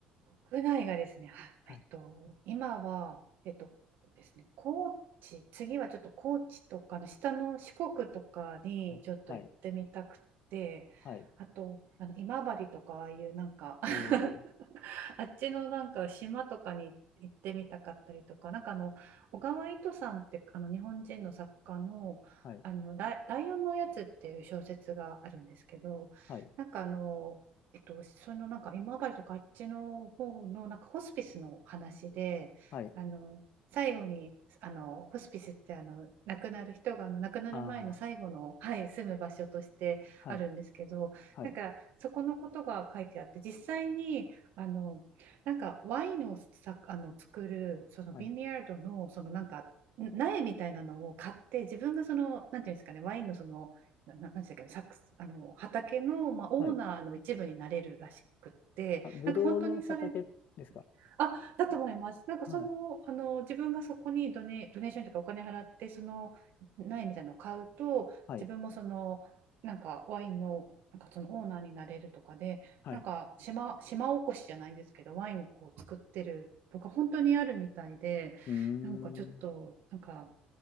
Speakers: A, on the right; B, on the left.
A: う国内がですね、はいえっと、
B: はい、
A: 今は、えっとですね、高知、次はちょっと高知とかの下の四国とかにちょっと行ってみたくて、
B: はい、はい、はい、
A: あと、あの今治とかああいうなんか <laughs>
B: おー、
A: あっちのなんか島とかに行ってみたかったりとか、なんかあの小川糸さんってあの日本人の作家の、
B: はい、
A: あのライ、ライオンのおやつっていう小説があるんですけど、
B: はい、
A: なんかあの、えっと、そのなんか今治とかあっちの方のなんかホスピスの話で、
B: はい、
A: あの最後にあのホスピスってあの亡くなる人があの亡くなる前の最後の、
B: あ
A: はい、住む場所としてあるんですけどなんかそこのことが書いてあって実際にあのなんかワインをさあの作るそのビニヤードのそのなんか苗みたいなのを買って自分がそのなんていうんですかねワインのそのなななんでしたっけサックスあの畑の、
B: ー、はい、はい、はい、
A: まあ、オーナーの一部になれるらしくってなんか本当にそれ
B: はい、あ、ぶどうの畑ですか
A: あ、だと思います。なんかその、
B: はい、
A: あの自分がそこにドネ、ドネーションというかお金払ってその苗みたいなのを買うと自分もそのなんかワインの、
B: はい、
A: なんかそのオーナーになれるとかでなんか島、
B: はい、
A: 島おこしじゃないんですけどワインをこう作ってるとか本当にあるみたいでなんかちょっとなんか、
B: うーん。